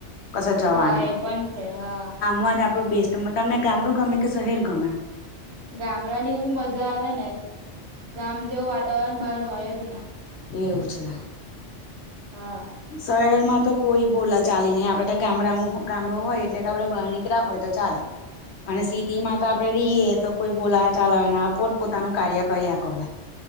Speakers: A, on the left; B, on the right.
A: કશે જવાની
B: હા એ પણ છે હા
A: માંજ આપડો બેસ્ટ તમને ગામડું ગમે કે શહેર ગમે
B: ગામડા ની મજા આવે ને ગામ જેવું વાતાવરણ બહાર હોય જ નય
A: એવું છે
B: હા
A: શહેરમાં તો કોઈ બોલા ચાલી નહીં આપડે ગામડા ગામડું હોય એટલે કે આપડે બહાર નીકળ્યા હોય તો ચાલે અને સિટી માં તો આપડે રહીયે તો કોઈ બોલા ચલાવે પોત પોતાનું કાર્ય કરીયા કરે